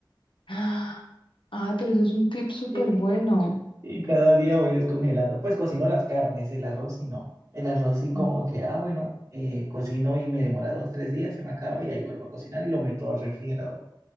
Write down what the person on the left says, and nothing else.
Ah, Ay, pero eso es un tip súper
bueno.
Ujú.